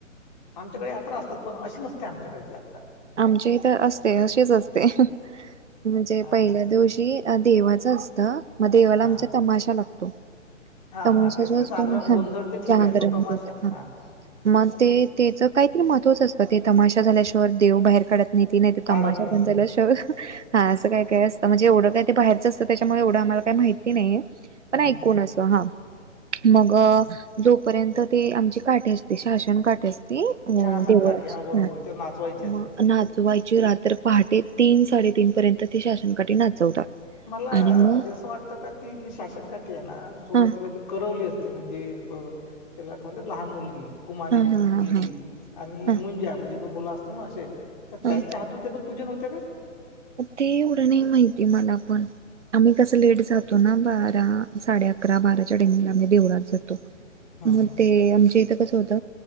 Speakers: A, on the left; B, on the right.
A: आमच्याकडे यात्रा असतात पण अशी नसते आमच्याकडची यात्रा
B: आमची इथं असते अशीच असते म्हणजे
A: हा
B: पहिल्या दिवशी देवा असत मग देवाला
A: हा
B: आमच्या तमाशा लागतो.
A: हा
B: त्याणश
A: हा ते
B: जवचतो
A: ते जागरण
B: हा
A: गोंधळ
B: ना
A: ते ठीक
B: जहागर
A: आहे तो तमाशा
B: म्ह
A: आहे हा
B: मग ते त्याच काहीतरी महत्वच असतं ते तमाशा झाल्यािवाय शर देव बाहेर काढत नाही त नाही
A: ताडत
B: त्माझ
A: नाही
B: बंजला शर हा असं काय काय असतं म्हणजे एवढं काय ते बाहेरचं असतं त्याच्यामुळे एवढं आम्हाला काही माहिती नाहीे पण
A: हम्म
B: ऐकून अस हा मग जोपर्यंत ते आमचे काठे असते शासन काठे असते तेी अ
A: शहासन
B: देवळची
A: काठी हा बरोबर
B: ह
A: ते नाचवायची असते
B: मग
A: ती
B: नाचवायची रात्र पहाटे तीन साडेतीीन पर्यंत ते शासनकाठी नाचवतात
A: मला
B: आणि मग
A: म्हणजे असं वाटतं का ती जी शासनकाठी आहे ना सुरुवातीला
B: हा
A: जी करवली असते ते म्हणजे त्याला काय म्हणत लहान मुलगी कुमारी
B: हा
A: मुलगी
B: हा हा हा
A: आणि
B: हा
A: मुंजा म्हणजे जो मुलं असतो ना असे तर त्यांच्या
B: हा
A: हातून त्याचं पूजन होते का
B: ते एवढं नाही माहिती आहे मला पण आम्ही कसं लेट जातो ना बारा साडे अकरा बाराच्या डेंगला आम्ही देवळात जातो
A: हम्म
B: मग ते आमच्या इथ